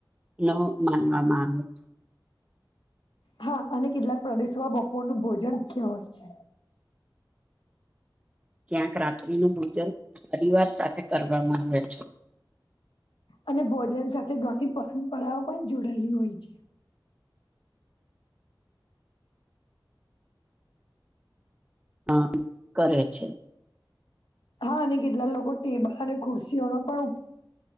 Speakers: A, on the right; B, on the left.
A: નો માનવામાં આવે છે.
B: હા અને કેટલાક પ્રદેશોમાં બપોરનું ભોજન મુખ્ય હોય છે.
A: ક્યાંક રાત્રિનું ભોજન પરિવાર સાથે કરવામાં આવે છે.
B: અને ભોજન સાથે ઘણી પરંપરાઓ પણ જોડાયેલી હોય છે.
A: હમ્મ કરે છે.
B: હા અને કેટલા લોકો ટેબલ અને ખુરશીઓનો પણ